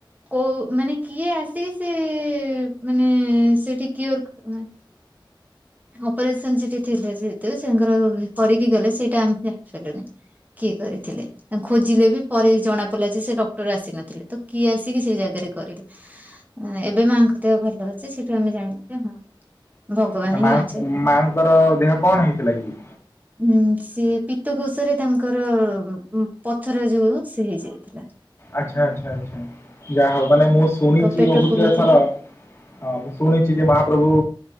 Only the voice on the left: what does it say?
ଆଛା ମା
ମାଙ୍କର ଦେହ କଣ ହେଇଥିଲା କି?
ଆଚ୍ଛା ଆଚ୍ଛା ଆଛା ଯାହା ହଉ ମାନେ ମୁଁ ଶୁଣିଛି
ବହୁତଥର
ହଁ ମୁଁ ଶୁଣିଛି ଯେ ମହାପ୍ରଭୁ